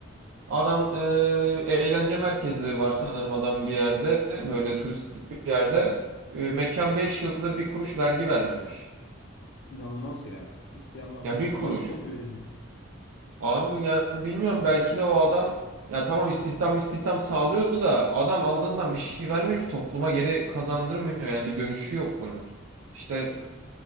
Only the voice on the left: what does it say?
İnanılmaz ya ciddi anlamda.
Nasıl kontrol edilmiyor?